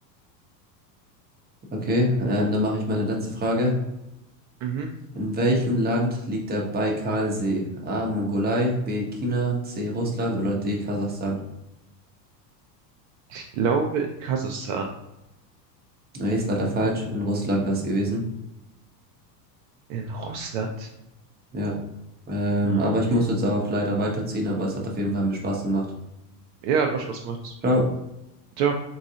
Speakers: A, on the right (about 20°); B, on the right (about 55°).
A: Okay, ähm, dann mache ich meine letzte Frage.
B: Mhm.
A: In welchem Land liegt der Baikalsee? A. Mongolei, B. China, C. Russland oder D. Kasachstan?
B: Ich glaube in Kasachstan.
A: Nee, ist leider falsch. In Russland wäre es gewesen.
B: In Russland?
A: Ja. Ähm,
B: Ah,
A: aber
B: okay.
A: ich muss jetzt auch leider weiterziehen, aber es hat auf jeden Fall mir Spaß gemacht.
B: Ja, hat auch Spaß gemacht.
A: Ciao.
B: Ciao.